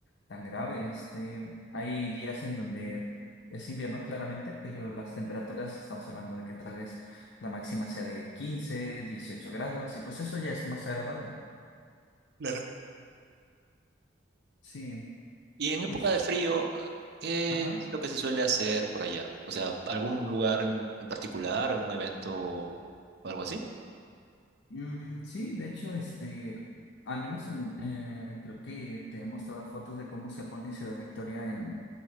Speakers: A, on the left; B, on the right.
A: tan grave. Este, hay días en donde es invierno claramente, pero las temperaturas estamos hablando de que tal vez la máxima sea de quince dieciocho grados y pues eso ya es más agradable.
B: claro.
A: Sí,
B: Y en época
A: es,
B: de frío, ¿qué
A: ajá.
B: es lo que se suele hacer por allá? O sea, ¿algún lugar en, en particular, algún evento o algo así?
A: Mm, sí, de hecho, este, al menos en, eh, creo que te he mostrado fotos de cómo se pone Ciudad Victoria en,